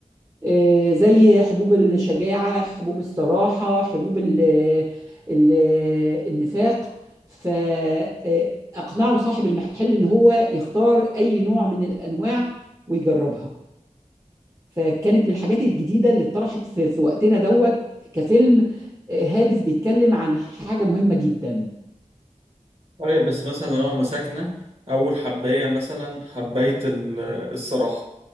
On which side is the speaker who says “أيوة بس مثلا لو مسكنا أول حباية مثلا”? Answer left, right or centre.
Right